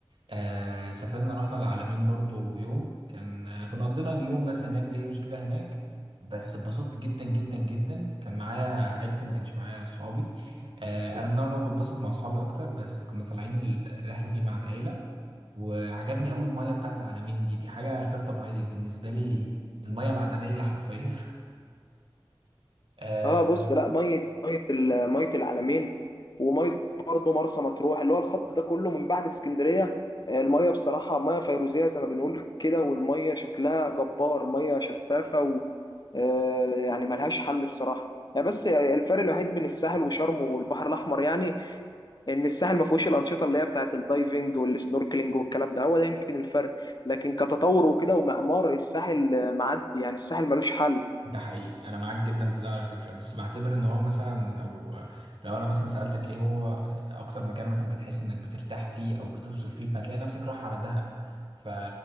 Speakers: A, on the right; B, on the left.
A: آه، سافرنا رحنا العلمين برضو يوم كان آه، كنا قضينا اليوم بس هناك ديوز كده هناك بس اتبسطت جدا جدا جدا كان معايا عيلتي ما كانش معايا اصحابي آه، انا من النوع اللي هو بتبسط مع اصحابي اكتر بس كنا طالعين ال- الرحله دي مع العيله وعجبني اول ميه بتاعت العلمين دي دي حاجه غير طبيعيه بالنسبه لي الميه معدنيه حرفيا <laughs>
B: اه
A: آه،
B: بص لا ميه ميه ال- ميه العلمين وميه برضه مرسى مطروح اللي هو الخط ده كله من بعد اسكندريه آه، الميه بصراحه ميه فيروزيه زي ما بنقول كده والميه شكلها جبار ميه شفافه و آه، يعني ملهاش حل بصراحه يعني بس الفرق الوحيد بين الساحل وشرم والبحر الاحمر يعني ان الساحل ما فيهوش الانشطه اللي هي بتاعت الدايفنج والسنوركلينج والكلام ده هو ده يمكن الفرق لكن كتطور وكده ومعمار الساحل آه، معدي يعني الساحل ملوش حل
A: ده حقيقي انا معاك جدا في ده على فكره بس بعتبر ان هو مثلا لو لو انا مثلا سالتك ايه هو اكتر مكان مثلا بتحس انك بترتاح فيه او بتفصل فيه فهتلاقي نفسك رايح على دهب ف